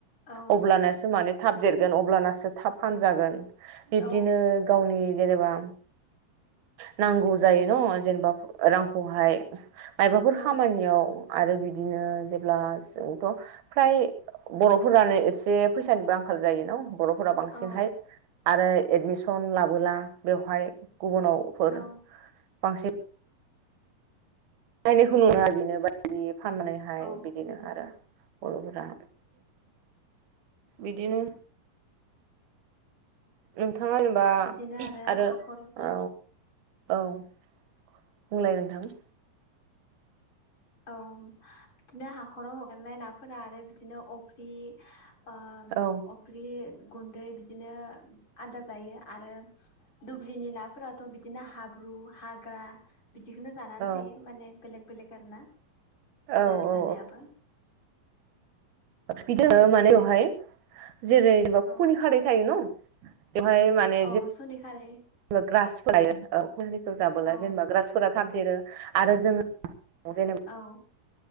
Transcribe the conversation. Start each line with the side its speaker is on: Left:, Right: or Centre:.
Left: औ
Right: अब्लानासो माने थाब देर गोन अब्लानासो थाब फानजागोन बिब्दिनो
Left: औ
Right: गावनि जेनेबा नांगौ जायोन' जेेनबा रांखौहाय मायबाफोर
Left: औ
Right: खामानियाव आरो बिदिनो जेब्ला जोंथ' फ्राय बर'फोरानो एसे फैसानिबो आं खाल जायो न' बर'फोरा बांसिनहाय
Left: औ
Right: आरो एडमिसन ला बोला बेवहाय गुबुनावफोर
Left: औ
Right: बांसिन नायनायखौ नुनो बेनो बायदि फाननानैहाय
Left: औ
Right: बिदिनो आरो बर'फोरा बिदिनो नोंथाङा जेनेबा
Left: बिदिनो
Right: आरो
Left: हाखराव
Right: औ औ । बुंलाय नोंथां ।
Left: औ बिदिनो हाख'राव हगारनाय नाफोरा आरो बिदिनो अफ्रि ओ
Right: औ
Left: अफ्रि गुन्दै बिदि बिदिनो आदार जायो आरो दुब्लिनि नाफोराथ बिदिनो हाब्रु हाग्रा ग्रा बिदिखौनो जानानै
Right: औ
Left: थायो माने बेलेक बेलेक आरो ना
Right: औ
Left: आदार
Right: औ
Left: जानायाबो
Right: बिदि मानावहाय जेरै खुनि
Left: औ
Right: खारै थायो न बेवहाय माने
Left: औ सनि खारै
Right: जेनेबा ग्रासफोर लायो औ हनिखौ जाबोला
Left: औ
Right: जेनेबा ग्रासफोरा थाब देरो आरो जोंङो जेनबा
Left: औ